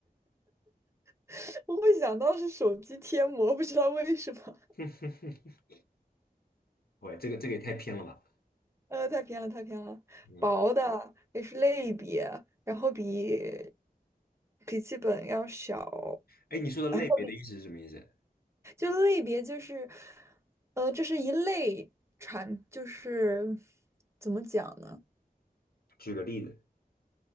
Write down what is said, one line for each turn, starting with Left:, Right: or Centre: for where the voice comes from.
Right: <laughs> 我会想到是手机贴膜，不知道为什么。
Left: <laughs> 喂，这个这个也太偏了吧？
Right: 呃，太偏了，太偏了。
Left: 嗯，
Right: 薄的也是类别，然后比笔记本要小，
Left: 哎，你说的类别的意思是什么意思？
Right: 然后就类别就是，呃，这是一类产，就是怎么讲呢
Left: 举个例子。